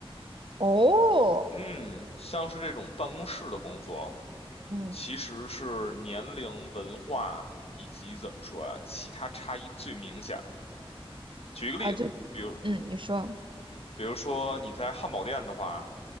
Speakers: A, on the right; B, on the left.
A: 哦，
B: 嗯，像是这种办公室的工作，
A: 嗯，
B: 其实是年龄、文化以及怎么说呀、其他差异最明显。举一个例子，
A: 啊，就，
B: 比如
A: 嗯，你说，
B: 比如说你在汉堡店的话，